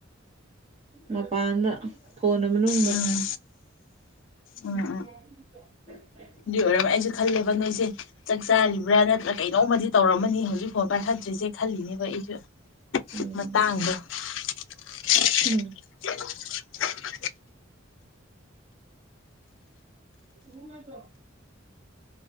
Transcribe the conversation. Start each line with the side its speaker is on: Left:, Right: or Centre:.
Right: ꯃꯄꯥꯟꯗ ꯐꯣꯟ ꯃꯅꯨꯡꯗ
Left: ꯎꯝ
Right: ꯎꯝ
Left: ꯎꯝ ꯎꯝ ꯑꯗꯨꯏ ꯑꯣꯏꯔꯝꯃ ꯑꯩꯁꯨ ꯈꯜꯂꯦꯕ ꯅꯣꯏꯁꯦ ꯆꯥꯛ ꯆꯥꯔꯤꯕ꯭ꯔꯥ ꯅꯠꯇ꯭ꯔ ꯀꯩꯅꯣꯝꯃꯗꯤ ꯇꯧꯔꯝꯃꯅꯤ ꯍꯧꯖꯤꯛꯐꯥꯎ ꯄꯥꯏꯈꯠꯇ꯭ꯔꯤꯁꯦ ꯈꯜꯂꯤꯅꯦꯕ ꯑꯩꯁꯨ
Right: ꯎꯝ
Left: ꯃꯇꯥꯡꯗ <inaudible>
Right: ꯎꯝ ꯎꯝ ꯊꯗꯣ